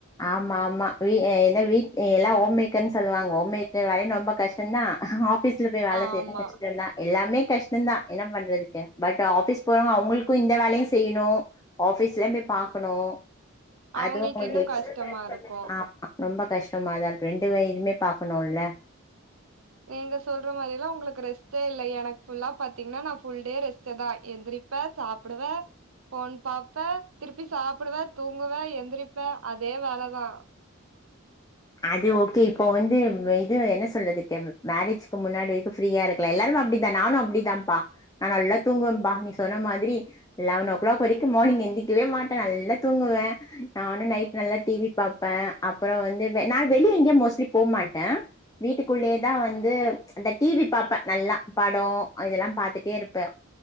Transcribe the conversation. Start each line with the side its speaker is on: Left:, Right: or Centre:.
Left: ஆமா ஆமா வீ என்ன வீ ஏ எல்லா ஹோம் மேக்கர்னு சொ சொல்லுவாங்க ஹோம் மேக்கர் வேலயும் ரொம்ப கஷ்டம் தா ஆபீஸ்ல போயி வேல
Right: ஆமா
Left: செய்றது கஷ்டதா எல்லாமே கஷ்டம்தா என்ன பண்றதுக்கு பட் ஆபீஸ் போறவங்க அவுங்களுக்கும் இந்த வேலையும் செய்யிணு ஆபீஸ்ல போய் பாக்கணு
Right: அவங்களுக்கு
Left: அதுவு
Right: இன்னு
Left: எக்ஸ்
Right: கஷ் கஷ்டமா இருக்கும்
Left: ஆமா ரொம்ப கஷ்டமா தா இருக்கும் ரெண்டுவே இதுமே பாக்கணும் இல்ல
Right: நீங்க சொல்ற மாதிரில்லா உங்களுக்கு ரெஸ்ட்டே இல்ல எனக்கு புல்லா பாத்திங்கனா நா புல்டே ரெஸ்ட்டுதா எந்திரிப்ப சாப்புடுவே போன் பாப்பே திருப்பி சாப்புடுவே தூங்குவ எந்திரிப்பே அதே வேலதான்
Left: அது ஓகே இப்போ வந்து இது என்ன சொல்றதுக்கு மேரேஜிக்கு முன்னாடி வரைக்கும் ஃப்ரீயா இருக்கலா எல்லாருமே அப்டிதா நானும் அப்டிதான்ப்பா நான் நல்லா தூங்குவேன்பா நீ சொன்ன மாதிரி லெவன் ஓ கிளாக் வரைக்கும் மார்னிங் எந்தி ரிக்கவே மாட்டேன் நல்லா தூங்குவே <unintelligible> நானும் நைட் நல்லா டீவி பாப்பன் அப்புறோ வந்து நா வெளியே எங்கயு மோஸ்ட்லி போமாட்டன் வீட்டுக்குள்ளே அதா வந்து அந்த டீவி பாப்பன் நல்லா படோ இதெல்லா பாத்துட்டேயிருப்பே